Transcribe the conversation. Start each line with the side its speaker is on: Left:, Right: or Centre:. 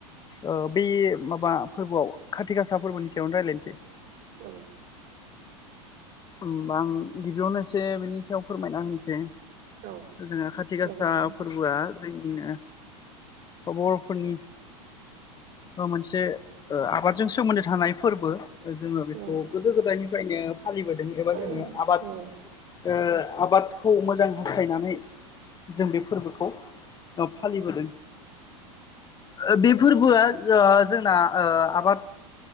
Left: ओ बे माबा फोरबोआव खाथिक गासा फोरबोनि सायावनो रायजलायनोसै।
Right: औ।
Left: होमबा आं गिबियावनोससे बिनि सायाव फोरमायना होनोसै।
Right: औ
Left: जोंहा खाथि गासा
Right: जागोन नोंथां
Left: फोरबोआ जोंनिनो बर'फोरनि मोनसे ओ आबादजों सोमोन्दो थानाय फोरबो जोङो बेखौ
Right: औ
Left: गोदो गोदायनिफ्रायनो फालिबोदों एबा
Right: औ
Left: जोङो आबाद
Right: औ
Left: ओ आबादखौ मोजां फोथायनानै जों बे फोरबोखौ फालिबोदों ओ बे फोरबोआ ओ जोंना ओ आबाद